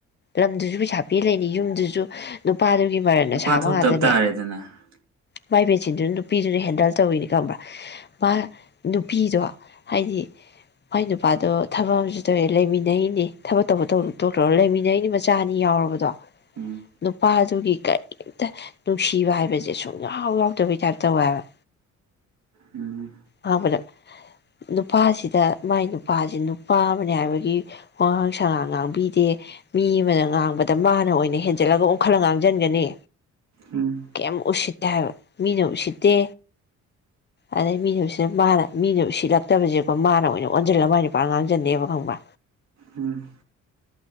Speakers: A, on the left; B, on the right.
A: ꯂꯝꯗꯨꯁꯨ ꯄꯩꯁꯥ ꯄꯤ ꯂꯩꯅꯤ ꯌꯨꯝꯗꯨꯁꯨ꯫ ꯅꯨꯄꯥꯗꯨꯒꯤ ꯃꯔꯟꯅ
B: ꯅꯨꯄꯥ
A: ꯁꯥꯕ
B: ꯊꯣꯛꯇꯕ
A: ꯉꯥꯛꯇꯅꯦ꯫
B: ꯇꯥꯔꯦꯗꯅ
A: ꯃꯥꯏ ꯄꯦꯟꯁꯤꯟꯗꯨꯅ ꯅꯨꯄꯤꯗꯨꯅ ꯍꯦꯟꯗꯜ ꯇꫭꯏꯅꯤ ꯀꯪꯕ꯭ꯔꯥ꯫ ꯃꯥ꯫ ꯅꯨꯄꯤꯗꯣ ꯍꯥꯏꯗꯤ ꯃꯥꯏ ꯅꯨꯄꯥꯗꯣ ꯊꯕꯛ ꯑꯃꯁꯨ ꯇꯧꯋꯦ ꯂꯩꯃꯤꯟꯅꯩꯅꯦ ꯊꯕꯛ ꯇꯧꯕ ꯇꯧꯗꯕ ꯇꫭꯛꯇ꯭ꯔꫭ ꯂꯩꯃꯤꯟ꯫ ꯅꯩꯅꯦ ꯃꯆꯥ ꯑꯅꯤ ꯌꯥꯎꯔꯕꯗꯣ꯫
B: ꯎꯝ
A: ꯅꯨꯄꯥꯗꯨꯒꯤ꯫ ꯀꯔꯤꯝꯇ ꯅꯨꯡꯁꯤꯕ ꯍꯥꯏꯕꯁꯦ ꯁꯨꯡꯌꯥꯎ ꯌꯥꯎꯗꯕꯩ ꯇꯥꯏꯞ ꯇꯧꯋꯦꯕ꯫
B: ꯎꯝ꯫
A: ꯉꯥꯡꯕꯗ ꯅꯨꯄꯥꯁꯤꯗ ꯃꯥꯏ ꯅꯨꯄꯥꯁꯤ ꯅꯨꯄꯥ ꯑꯃꯅꯦ ꯍꯥꯏꯕꯒꯤ ꯋꯥꯉꯥꯡ ꯁꯉꯥꯡ ꯉꯥꯡꯕꯤꯗꯦ ꯃꯤ ꯑꯃꯅ ꯉꯥꯡꯕꯗ ꯃꯥꯅ ꯑꯣꯏꯅ ꯍꯦꯟꯖꯜꯂꯒ ꯑꯣꯡꯈꯠꯂꯒ ꯉꯥꯡꯁꯤꯟꯒꯅꯤ꯫
B: ꯎꯝ
A: ꯀꯦꯝ ꯎꯁꯤꯠ꯫ ꯇꯦꯍꯥꯏꯕ ꯃꯤꯅ ꯎꯁꯤꯠꯇꯦ ꯑꯗꯩ ꯃꯤꯅ ꯎꯁꯤ꯫ ꯁꯤꯗ ꯃꯥꯅ ꯃꯤꯅ ꯎꯁꯤꯠꯂꯛꯇꯕꯁꯦꯀꯣ ꯃꯥꯅ ꯑꯣꯏꯅ ꯑꯣꯟꯖꯜꯂꯒ ꯃꯥꯏ ꯅꯨꯄ ꯉꯥꯡꯁꯤꯟꯗꯦꯕ ꯈꯪꯕ꯭ꯔꯥ꯫
B: ꯎꯝ꯫